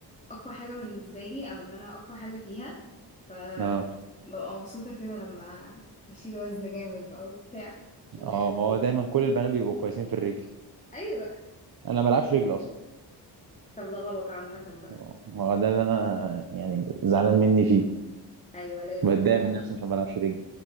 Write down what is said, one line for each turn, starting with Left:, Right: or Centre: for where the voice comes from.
Left: اقوى حاجه بالنسبه لي او ان انا اقوى حاجه فيها ف
Right: اه
Left: ببقى مبسوطه كده لما اشيل وزن جامد بقى وبتاع انت
Right: اه
Left: إيه رأيك؟
Right: ما هو دايما كل البنات بيبقوا كويسين في الرجل
Left: ايوه
Right: انا ما بلعبش رجل اصلا
Left: طب ده غلط عامه بقى
Right: اه ما هو ده اللي انا يعني زعلان مني فيه
Left: ايوه لازم
Right: بتضايق
Left: لا
Right: من
Left: لا
Right: نفسي عشان ما بلعبش رجل